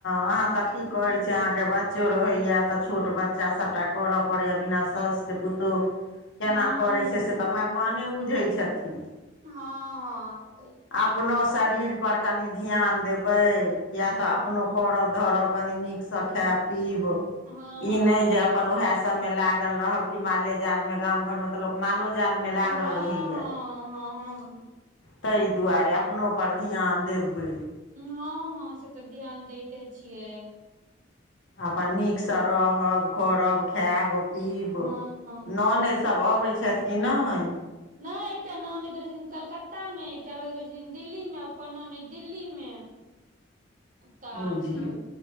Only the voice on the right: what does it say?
हूँ
हँ
हँअ
हँ
हँ
हँ हँ
हँ
हँ हँ हँ
हँ हँ से त ध्यान दैते छियै
हँ
नय एकटा ननैद रहै छथिन कलकत्ता मे एकटा रहैत रहै छथिन दिल्ली मे अपन ननैद दिल्ली मे त